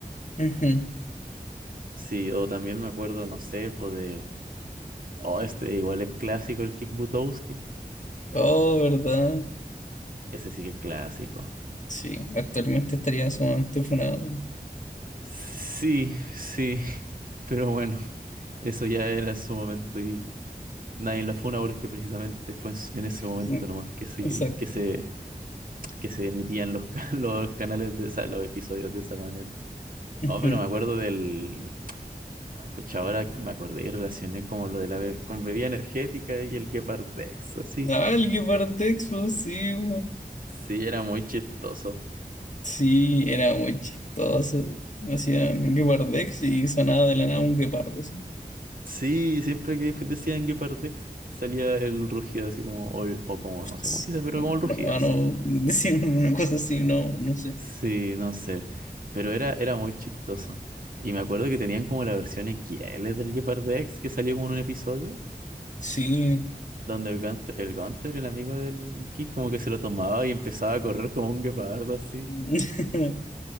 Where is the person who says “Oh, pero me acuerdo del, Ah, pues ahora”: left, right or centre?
Right